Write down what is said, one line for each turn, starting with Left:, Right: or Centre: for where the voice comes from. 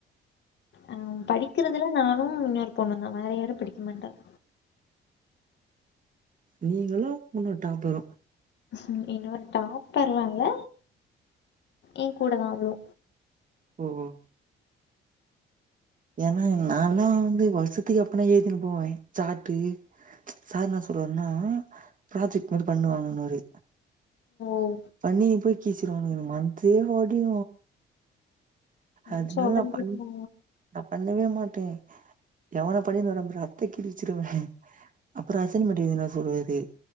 Left: அ படிக்கறதுலா நானு இன்னொரு பொண்ணு தா வேற யாரு படிக்க மாட்டாங்க
Right: நீங்களு இன்னோரு டாப்பரு
Left: ம் இன்னொரு டாப்பரலா இல்ல ஏ கூட தா அவ்ளு
Right: ஓ ஓ ஏனா நால்லா வந்து வருஷத்துக்கு அப்பனா எழுதினு போவே சாட்டு சார் னா சொல்வார்ன்னா ப்ராஜெக்ட் மாரி பண்ணுவாங்கன்னுவாரு
Left: ஓ
Right: பண்ணி நீ போய் கீச்சிருவானுக மந்தே ஓடிரு
Left: மூச்சு
Right: அதுனால
Left: ஒடஞ்சிருமா
Right: நா பண் நா பண்ணவே மாட்டே எவனோ பண்ணின்னு வராம்பாறு அத்தை கிழிச்சிருவே அப்புற அசைமன்ட்டு வேற சொல்லுவாரு